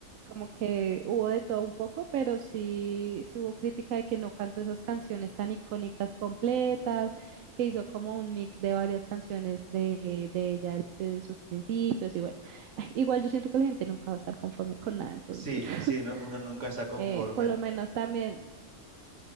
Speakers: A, on the right (about 85°); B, on the right (about 65°).
A: como que hubo de todo un poco, pero sí, sí hubo crítica de que no cantó esas canciones tan icónicas completas,
B: Ujú.
A: que hizo como un mix de varias canciones de, de ella el- desde sus principios y bueno, <laughs> ay, igual yo siento que la gente nunca va a estar conforme con nada, entonces
B: Sí,
A: <laughs>
B: sí, no- uno nunca está conforme.
A: eh, por lo menos también...